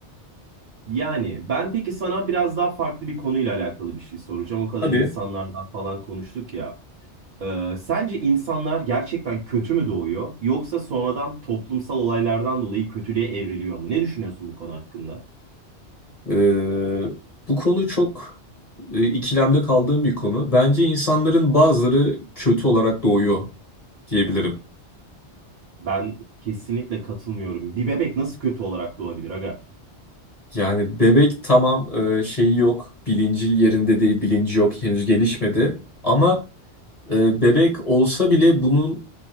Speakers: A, on the right; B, on the left.
A: Yani ben peki sana biraz daha farklı bir konuyla alakalı bir şey soracağım. O kadar
B: Tabii
A: insanlardan falan konuştuk ya. Ee, sence insanlar gerçekten kötü mü doğuyor yoksa sonradan toplumsal olaylardan dolayı kötülüğe evriliyor mu? Ne düşünüyorsun bu konu hakkında?
B: eee, bu konu çok e, ikilemde kaldığım bir konu. Bence insanların bazıları kötü olarak doğuyor diyebilirim.
A: Ben kesinlikle katılmıyorum. Bir bebek nasıl kötü olarak doğabilir aga?
B: Yani bebek tamam e, şeyi yok, bilinci yerinde değil, bilinci yok, henüz gelişmedi. Ama e, bebek olsa bile bunun